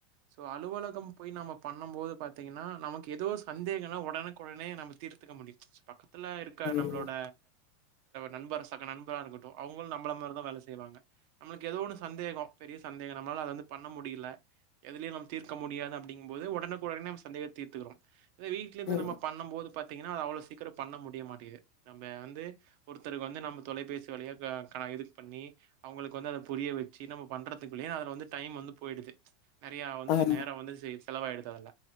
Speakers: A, on the right (about 60°); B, on the left (about 55°).
A: சோ அலுவலகம் போய் நம்ப பண்ணும் போது பாத்திங்ன்னா நமக்கு ஏதோ சந்தேகனா ஒடனுக்கோடனே நம்ப தீத்துக்க முடியுது பக்கத் துல இருக்க
B: ம்
A: நம்ளோட நண்பர் சக நண்பராகருக்கட்டு அவங்குள் நம் நம்பல மாறிதா வேல செய்வாங்க நம்ளுக்கு ஏதோ ஒன்னு சந்தேகம் பெரிய சந்தேகம் நம்லால அத வந்து பண்ண முடில எதுலயு நம் தீர்க்க முடியாது அப்டிங்கும் போது ஒடனுக்கு ஒடனே நம்ப சந்தேகத் தீர்த்துக்குறோம் இதே வீட்லருந்து
B: ம்
A: நம்ப பண்ணோம் போது பாத் திங்ன்னா அவ்ளோ சீக்ரோ பண்ண முடிய மாட்டிது நம்ப வந்து ஒருத்தருக் வந்து நம்ப தொலைபேசி வழியா க கா இது பண்ணி அவுங்ளுக் வந்து அத புரிய வச்சி நம்ப பண்றதுக்குள்ளே அதுல வந்து டைம் வந்து போய்டுது நெறயா வந்து
B: ஆமா
A: நேரோ வந்து சே செலவாய்டுது அதுல